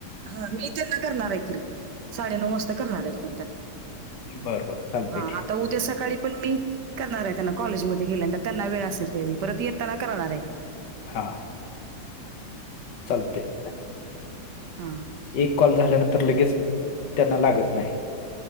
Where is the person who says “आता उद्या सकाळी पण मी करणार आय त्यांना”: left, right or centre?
Right